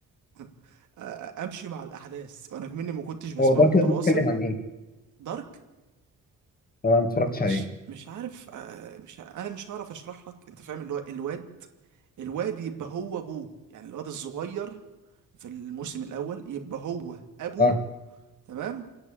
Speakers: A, on the right; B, on the left.
A: <laughs> امشي مع الاحداث وانا مني ما كنتش بسمعه
B: هو دارك
A: متواصل
B: ده بيتكلم عن ايه؟
A: دارك
B: اه انا ما اتفرجتش
A: مش
B: عليه
A: مش عارف آه، مش ع- انا مش هعرف اشرح لك انت فاهم اللي هو الواد الواد يبقى هو ابوه يعني الواد الصغير في الموسم الاول يبقى هو ابوه
B: اه
A: تمام